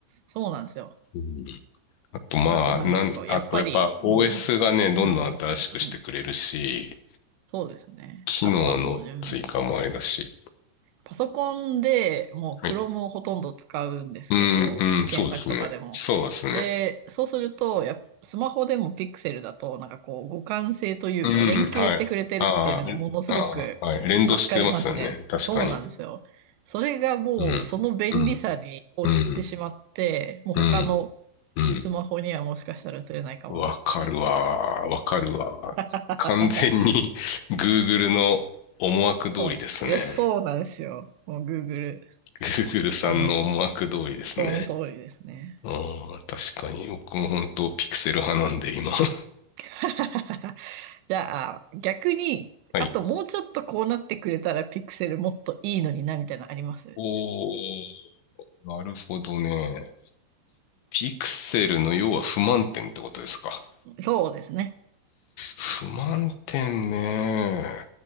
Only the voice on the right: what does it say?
そうなんですよ。
あとなんかこう、
やっぱり、
もう、
うんうんうんうんそうですね。
あとはもう、うんパソコンでもう
Chrome をほとんど使うんですけど、
検索とかでも。
で、そうすると、やっぱスマホでも Pixel だと、なんかこう、互換性というか、
連携してくれてるっていうのがものすごく
助かりますね。
そうなんですよ。それがもう、
その便利さにを知ってしまって、
もう他の
スマホにはもしかしたら映れないかもなって。
<laughs>
そう、いや、そうなんですよ。もう Google
思惑。その通りですね。
<laughs> じゃあ、逆に、
あともうちょっとこうなってくれたらピクセルもっといいのにな、みたいなのあります
そうですね。